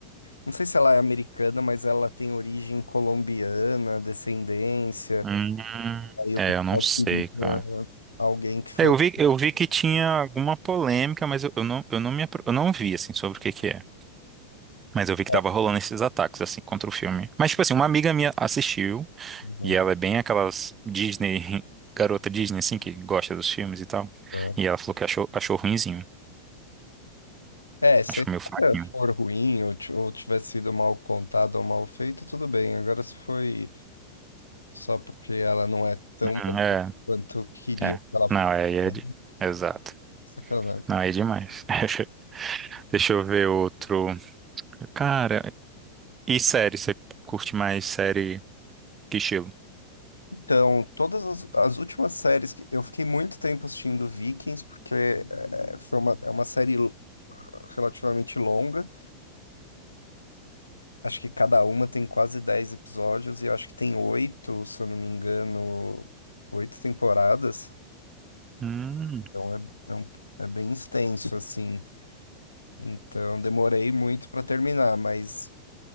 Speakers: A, on the left; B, on the right.
A: não sei se ela é americana, mas ela tem origem colombiana, descendência.
B: Hum,
A: Aí
B: é,
A: o pessoal
B: eu não sei,
A: queria
B: cara.
A: alguém que fosse.
B: É, eu vi, eu vi que tinha alguma polêmica, mas eu, eu não, eu não me, apro- eu não vi, assim, sobre o que que é. Mas eu vi que
A: <laughs>
B: tava rolando esses ataques, assim, contra o filme. Mas, tipo assim, uma amiga minha assistiu.
A: Uhum,
B: E ela é bem aquelas Disney, <laughs> garota Disney, assim, que gosta dos filmes e tal.
A: tá.
B: E ela falou que achou, achou ruinzinho.
A: É, se
B: Achou
A: a história
B: meio fraquinho.
A: for ruim ou, ti- ou tiver sido mal contada ou mal feita, tudo bem. Agora, se foi só porque ela não é tão
B: Hum,
A: boa
B: É,
A: quanto eu queria
B: é.
A: que ela
B: Não,
A: fosse,
B: é, é
A: é
B: de- Exato.
A: sacanagem.
B: Não, aí é demais. <laughs> Deixa eu ver outro. Cara, e série? Você curte mais série que estilo?
A: Então, todas as, as últimas séries que eu fiquei muito tempo assistindo Vikings, porque é, foi uma, é uma série l- relativamente longa. Acho que cada uma tem quase 10 episódios, e eu acho que tem oito, se eu não me engano, oito temporadas.
B: Hum.
A: Então é, é, um- é bem extenso, assim. Então demorei muito para terminar, mas.